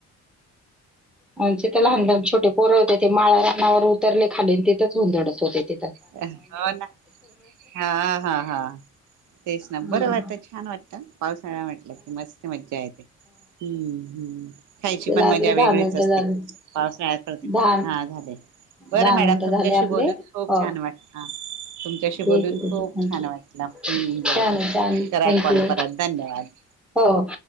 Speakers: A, in the centre; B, on the right (about 80°).
A: म्ह ते लहान लहान छोटे पोर होते ते माळळा.... वर उतरले खाली तेथच हुंधडत होते ते.
B: हो ना हा हा हा तेच ना
A: हम्म.
B: बरं वाटत छान वाटतं पावसाळ्या म्हटलं कि मस्त.... मजा य... हम्म हम्म. खायची
A: तिला
B: पण
A: आपले
B: मजा
A: दहा
B: वेगळीच
A: मिनिटं
B: असते
A: झाले
B: पावसाळ्यात प्र
A: दहा
B: हा झाले बरं
A: दहा मिनिटं
B: मॅडम तुमच्याशी
A: झाले आपले
B: बोलून खूप....
A: हो
B: छान वाटला तुमच्याशी
A: ठीक
B: बोलून
A: आहे
B: खूप छान
A: ठीक आहे
B: वाटला
A: थँक्यू
B: ह् बरं
A: छान आहे छान
B: करा
A: थँक्यू
B: कॉल परत धन्यवाद.
A: हो हो